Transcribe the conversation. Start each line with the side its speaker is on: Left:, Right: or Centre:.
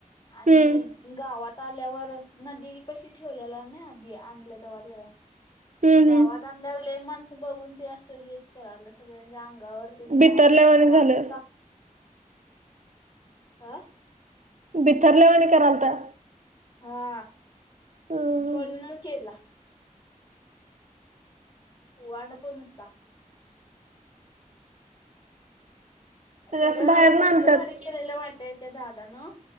Left: आणि
Right: हम्म
Left: गावात आल्यावर नदी पशी ठेवलेला ना आधी आणलं तवा तेला.
Right: हम्म
Left: गावात
Right: हम्म
Left: आणल्याव लय माणसं बघून ते असं हेच करालं सगळ्यांच्या अंगावर तेन जाया
Right: बितरल्यावाणी
Left: लागला वांड
Right: झालं
Left: हुता अं
Right: बिथरल्यावानी करालता.
Left: हा
Right: म्हणजे
Left: पळूनच गेला. वांड पण हुता. खरं
Right: असं बाहेर
Left: कसलं
Right: ना आणतात
Left: भारी केलेलं माहित आहे त्या दादानं,